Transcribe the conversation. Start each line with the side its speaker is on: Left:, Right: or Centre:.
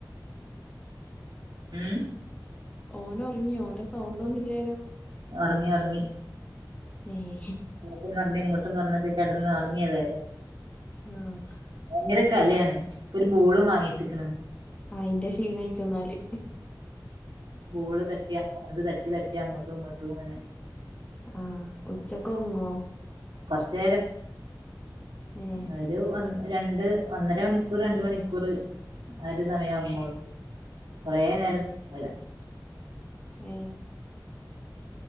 Right: ഉം
Left: ഓൻ ഉറങ്ങിയൊ ഓന്റെ സൗണ്ട് ഒന്നുല്ലാലോ
Right: ഉറങ്ങി ഉറങ്ങി
Left: മ്മ്
Right: അങ്ങോട്ടും പറഞ്ഞഞ് ഇങ്ങോട്ടും പറഞ്ഞൊക്കെ കിടന്ന് ഉറങ്ങിയതായാലോ
Left: ഉം
Right: ഭയങ്കര കളിയാണ് ഇപ്പൊ ഒരു ബോളും വാങ്ങിച്ചിക്കണ
Left: ആ അയിന്റെ ക്ഷീണയിക്കന്നാല്
Right: ബോള് തട്ടി അത് തട്ടി തട്ടി അങ്ങോട്ടും ഇങ്ങോട്ടും അങ്ങനെ
Left: ആഹ ഉച്ചക്ക ഉറങ്ങോ
Right: കൊറച്ചു
Left: ഏ
Right: നേരം ഒരു രണ്ട് ഒന്നര മണിക്കൂർ രണ്ട് മണിക്കൂർ ആ ഒരു സമയം ഉറങ്ങുള്ളൂ കൊറെേ നേരം പോല
Left: ഉം